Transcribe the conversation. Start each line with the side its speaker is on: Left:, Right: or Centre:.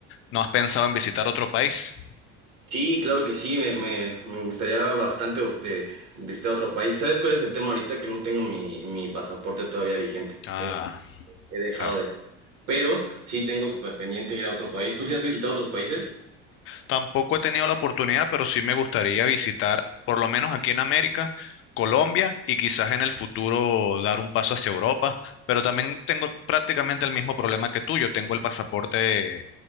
Left: no has pensado en visitar otro país?
Right: Sí, claro que sí, me, me- me gustaría bastante eh, visitar otro país. ¿Sabes cuál es el tema ahorita? Que no tengo mi, mi pasaporte todavía vigente.
Left: Ah,
Right: Es- he dejado
Left: claro.
Right: de... Pero sí tengo súper pendiente ir a otro país. ¿Tú sí has visitado otros países?
Left: Tampoco he tenido la oportunidad, pero sí me gustaría visitar, por lo menos aquí en América, Colombia y quizás en el futuro dar un paso hacia Europa. Pero también tengo prácticamente el mismo problema que tú. Yo tengo el pasaporte